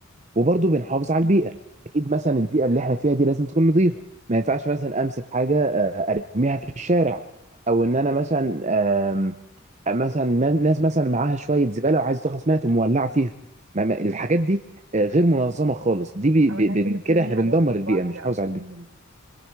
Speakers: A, on the right; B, on the right.
A: وبرضه بنحافظ على
B: مم،
A: البيئة اكيد مثلا البيئة اللي احنا فيها دي لازم تكون نظيفة ما ينفعش مثلا امسك حاجة آه، ارميها في الشارع او ان انا مثلا آم، مثلا نا- ناس مثلا معاها شوية زبالة وعايز تخلص منها تقوم مولعة فيها ما- ما- الحاجات
B: مم.
A: دي آه، غير منظمة خالص دي بي بي
B: او الناس
A: بن-
B: اللي بتبني
A: كده احنا
B: حاجات
A: بندمر
B: في البحر
A: البيئة مش نحافظ
B: او
A: على
B: في
A: البيئة
B: النيل